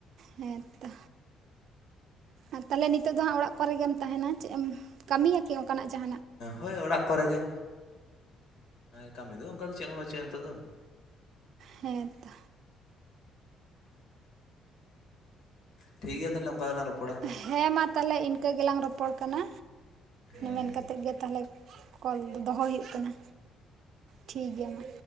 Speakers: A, on the right; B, on the left.
A: ᱦᱮᱸ ᱛᱚ ᱟᱨ ᱛᱟᱦᱚᱞᱮ ᱱᱤᱛᱚᱜ ᱫᱚ ᱦᱟᱸᱜ ᱚᱲᱟᱜ ᱠᱚᱨᱮᱜ ᱜᱮᱢ ᱛᱟᱦᱮᱱᱟ᱾ ᱪᱮᱫ ᱮᱢ ᱠᱟᱹᱢᱤᱭᱟ ᱠᱤ ᱚᱱᱠᱟᱱᱟᱜ ᱡᱟᱦᱟᱸ
B: ᱦᱳᱭ ᱚᱲᱟᱜ ᱠᱚᱨᱮ ᱜᱮ᱾ ᱠᱟᱹᱢᱤ ᱫᱚ ᱚᱱᱠᱟ ᱫᱚ ᱪᱮᱫ ᱦᱚᱸ ᱵᱟᱹᱪᱩᱜᱼᱟ ᱱᱤᱛᱚᱜ ᱫᱚ᱾
A: ᱦᱮᱸ ᱛᱚ
B: ᱴᱷᱤᱠ ᱜᱮᱭᱟ ᱛᱟᱦᱚᱞᱮ᱾ ᱚᱱᱠᱟ ᱜᱮᱞᱟᱝ ᱨᱚᱯ
A: ᱦᱮᱸ ᱢᱟ ᱛᱟᱦᱚᱞᱮ ᱤᱱᱠᱟᱹ ᱜᱮᱞᱟᱝ ᱨᱚᱯᱚᱲ ᱠᱟᱱᱟ᱾
B: ᱦᱮᱸ
A: ᱢᱮᱱ
B: ᱦᱮᱸ
A: ᱠᱟᱛᱮᱫ ᱜᱮ ᱛᱟᱦᱚᱞᱮ ᱠᱚᱞ ᱫᱚ ᱫᱚᱦᱚᱭ ᱦᱩᱭᱩᱜ ᱠᱟᱱᱟ᱾ ᱴᱷᱤᱠ ᱜᱮᱭᱟ ᱢᱟ᱾